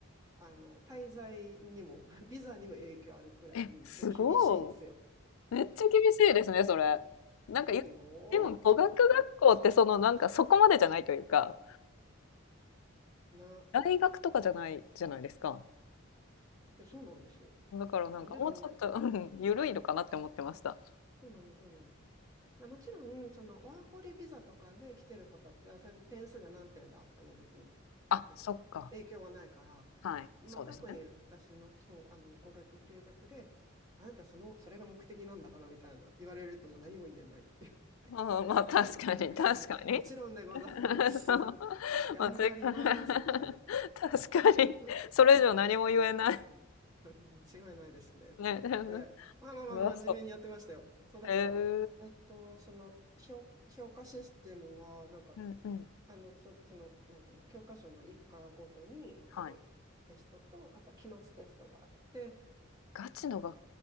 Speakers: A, on the right; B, on the left.
A: あの、滞在にも、<laughs> ビザにも影響あるくらいに、
B: え、すご
A: ちょっと厳しいんですよ。
B: い。めっちゃ厳しいですね、それ。なんか、
A: そうよ。
B: でも語学学校ってそのなんかそこまでじゃないというか、
A: な、
B: 大学とかじゃないじゃないですか。
A: いやそうなんですよ。
B: だからなんかもうちょっと、
A: なんでって、うん、
B: うん、ゆるいのかなって思ってました。
A: そうなの、そうなの。でもちろん、そのワーホリビザとかで来てる子たちは、それ点数が何点であっても別に、
B: あ、
A: なんか影響はないから、
B: そっか。はい、そうですね。
A: まあ、特に私の、そう、あの、語学留学で、あなたその、それが目的なんだからみたいな言われるともう何も言えないっていう。<laughs> はい、
B: うん、
A: そうですよね、
B: まあ、確かに確かに。
A: みたいな。はい、もちろんでございます。
B: <laughs> そう。
A: <laughs> 頑張ります、
B: まあ、つい <laughs>
A: みたいな。
B: 確かに。
A: <laughs>
B: それ以上何も言えない。
A: 間違いないですね、と思って。
B: ね。<laughs>
A: まあまあまあ、
B: うわ
A: 真面目にやってましたよ。そう、だか
B: へえ。
A: ら、えっと、その、評、評価システムは、なんか、
B: うんうん。
A: あの、そ、その、なんていうの、教科書の一課ごとにあるテストと、
B: はい。
A: あとは期末テストがあって、
B: ガチのガ